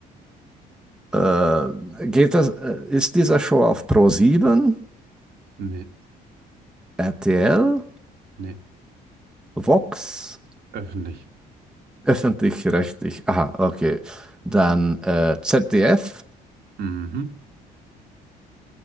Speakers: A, in the centre; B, on the right (about 70°).
A: Äh, geht das, äh, ist diese Show auf Pro7,
B: <laughs> nee.
A: RTL,
B: nee.
A: Vox,
B: Öffentlich.
A: öffentlich-rechtlich? Aha, okay. Dann äh, ZDF.
B: Mhm.